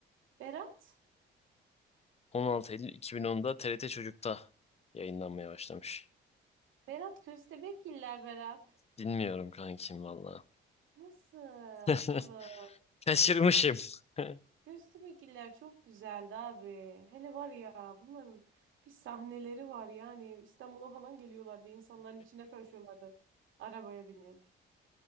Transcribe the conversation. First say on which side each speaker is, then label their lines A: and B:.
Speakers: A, on the right; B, on the left.
A: Berat?
B: 16 Eylül 2010'da TRT Çocuk'ta yayınlanmaya başlamış.
A: Berat köstebekgiller Berat.
B: Bilmiyorum kankim valla.
A: Nasıl
B: <laughs>
A: oğlum?
B: Kaçırmışım. <laughs>
A: Köstebekgiller çok güzeldi abi. Hele var ya bunların bir sahneleri var yani İstanbul'a falan geliyorlardı. insanların içine karışıyorlardı arabaya binip.